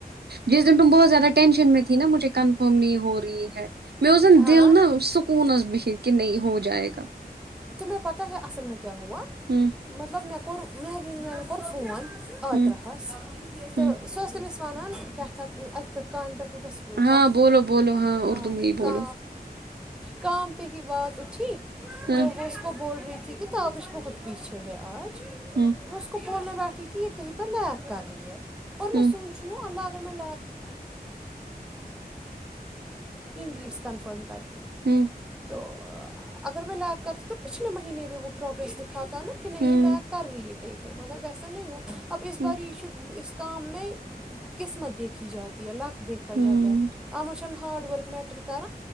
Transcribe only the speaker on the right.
جس دن تم بہت زیادہ ٹینشن میں تھی نا مجھے کنفرم نہیں ہو رہی ہے میں اس دن
دل نا سکون ب کہ نہیں ہو جائے گا
ہوں
ہوں
ہوں
ہاں
بولو بولو
اردو میں ہی
بولو
ہاں
ہوں
ہوں
ہوں
ہوں
ہوں
ہوں